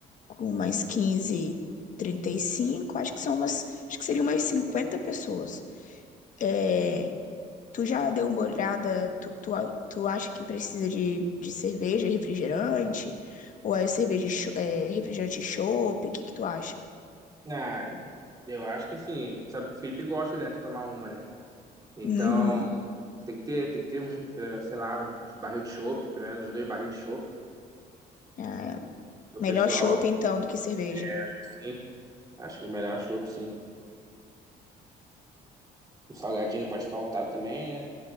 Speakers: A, on the left; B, on the right.
A: com mais 15, 35. Acho que são umas. Acho que seriam umas 50 pessoas. É, tu já deu uma olhada? Tu, tu, tu acha que precisa de, de cerveja, refrigerante? Ou é cerveja, e é, refrigerante e chopp? O que, que tu acha?
B: Ah, eu acho que assim, sabe que o Felipe gosta, né, de tomar uma, né? Então
A: Uhum.
B: tem que ter, tem que ter uns, pelo menos, sei lá, uns barril de chopp, pelo menos uns dois barris de chopp,
A: É,
B: que o
A: melhor
B: pessoal,
A: chopp, então, do que cerveja.
B: acho que sim, acho que o melhor é chopp, sim. O salgadinho não pode faltar também, né?